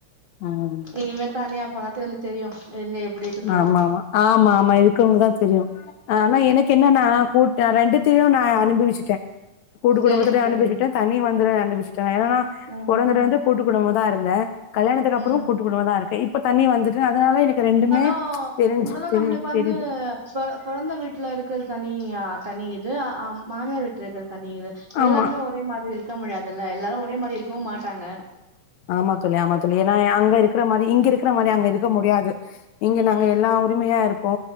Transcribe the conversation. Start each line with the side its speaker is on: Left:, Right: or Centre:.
Left: ஆம்
Right: இனிமே தனியா போனா தெள்ளு தெரியு எங்க எப்டி இருக்கு சொல்லிட்டு
Left: ஆமா ஆமா ஆமா இருக்குறவங்களுக்கு தா தெரியு ஆனா எனக்கு என்னன்னா கு நா ரெண்டுத்தையு நா அனுபவிச்சுட்ட கூட்டு
Right: சரிங்க
Left: குடும்பத்துலேயு
Right: சரிங்க
Left: அனுபவிச்சுட்டேன் தனி வந்து அனுபவிச் தோ என்னனா
Right: ம்
Left: பொறந்ததுல இருந்து கூட்டு குடும்மமதா இருந்த கல்யணத்துக்கு அப்புறோ
Right: ம்
Left: கூ கூட்டு குடுமதா இருக்கே இப்ப தண்ணி வந்தது அதனால எனக்கு ரெண்டுமே
Right: ஒ
Left: தெரிஞ்சு
Right: இருந்தாலு
Left: தெரி
Right: நம்ளுக்கு வந்து
Left: தெரியுது
Right: சோ அவ பொறந்த வீட்டுல இருக்க தனி அ தனி இது அ மாமியார் வீட்டுல இருக்க தனி இது
Left: ஆமா
Right: எல்லாமே ஒரே மாதிரி இருக்க முடியாதுல்ல எல்லாரு ஒரே மாதிரி இருக்கவு மாட்டாங்க
Left: ஆமா தோழி ஆமா தோழி ஏன்னா அங்க இருக்கிற மாரி இங்க இருக்கிற மாரி அங்க இருக்க முடியாது இங்க
Right: ம்
Left: நாங்க எல்லா ஊ உரிமையா இருப்போ